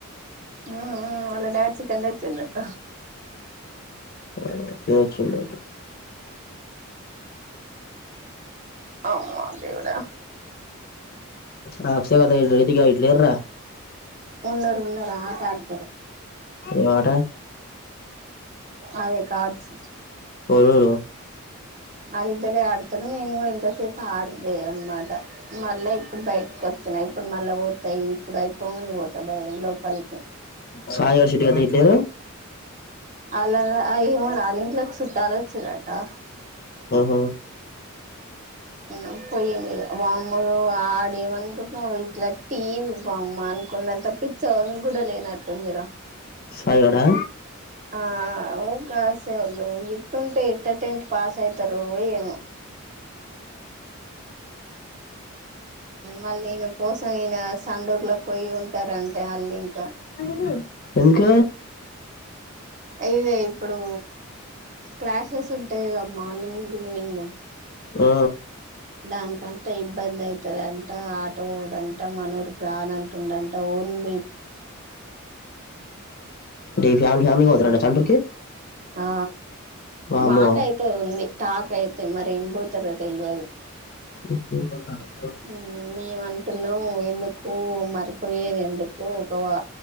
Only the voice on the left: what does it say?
ఆ తినొచ్చిండంట
ఆ హర్ష గాని <unintelligible> లేద్రా
ఏట
అరురు
సాయి, వర్షిత్ గాడు ఇట్లేరు?
ఉమ్ హు
సాయి గాడా
అ ఎందుక
ఆ
మీ ఫ్యామిలి ఫ్యామిలీ పోత్ డచ్చాన్డూర్ కి
వామ్మో
<unintelligible>